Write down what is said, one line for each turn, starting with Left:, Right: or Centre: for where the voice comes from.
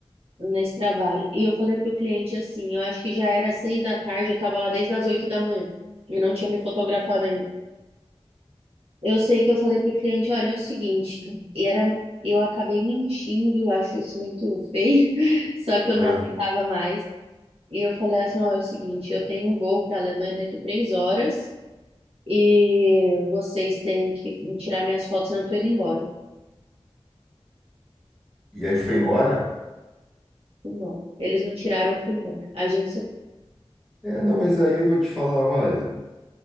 Right: nesse trabalho. E eu falei para o cliente assim, eu acho que já era seis da tarde, eu estava lá desde as oito da manhã e não tinha me fotografado ainda. Eu sei que eu falei para o cliente, olha, é o seguinte, e era, eu acabei mentindo, eu acho isso muito feio, <laughs> só que eu não
Centre: Ah,
Right: aguentava mais. E eu falei assim, ó, é o seguinte, eu tenho um voo para a Alemanha daqui três horas e vocês têm que me tirar minhas fotos, senão eu tô indo embora.
Centre: E aí foi embora?
Right: fui embora. Eles não tiraram, eu fui embora. A Agência.
Centre: É, não, mas aí eu vou te falar, olha,